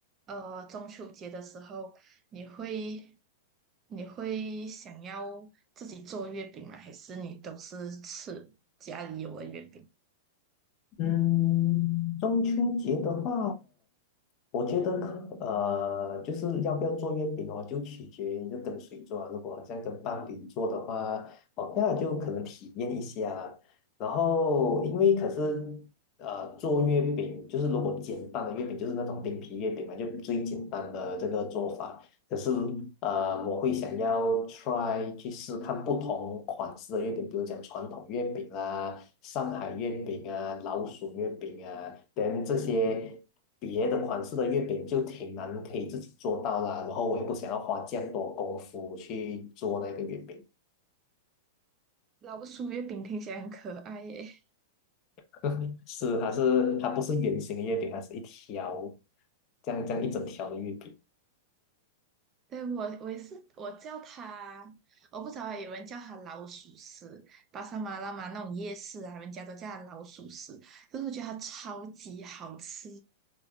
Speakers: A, on the right; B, on the left.
A: 呃，中秋节的时候，你会你会想要自己做月饼吗？还是你都是吃家里有的月饼？
B: 嗯，中秋节的话，我觉得可呃，就是要不要做月饼哦，就取决于就跟谁做啊。如果好像跟伴侣做的话 o 那就可能体验一下啦。然后，因为可是呃，做月饼就是如果简单的月饼，就是那种饼皮月饼嘛，就最简单的这个做法。可是呃，我会想要 try 去试看不同款式的月饼，比如讲传统月饼啦、上海月饼啊、老鼠月饼啊，等这些别的款式的月饼就挺难可以自己做到啦。然后我也不想要花这样多功夫去做那个月饼，
A: 老鼠月饼听起来很可爱耶。
B: <laughs> 是它是它不是圆形的月饼，它是一条这样这样一整条的月饼。
A: 对，我我也是，我叫它，我不知道欸有人叫它老鼠屎，巴沙马拉嘛那种夜市啊，人家都叫它老鼠屎，可是我觉得它超级好吃，